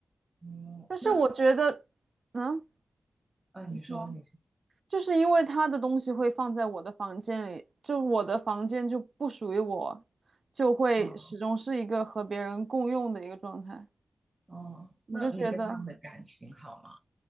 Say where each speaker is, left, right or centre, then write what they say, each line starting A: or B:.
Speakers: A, on the right (about 35°); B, on the right (about 70°).
A: 哦，
B: 但是我觉得，
A: 那
B: 嗯，
A: 啊，
B: 你说，
A: 你说你是，
B: 就是因为他的东西会放在我的房间里，就我的房间就不属于我，就会始终是一个和别人共用的一个状态。
A: 哦哦，
B: 我就觉得。
A: 那你跟他们的感情好吗？